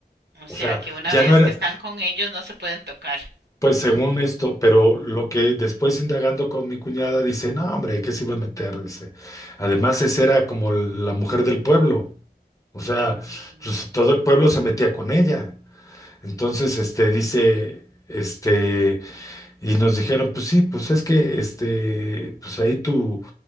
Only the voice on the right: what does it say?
O
sea,
que una
vez
que están con ellos no se pueden tocar.
Mm,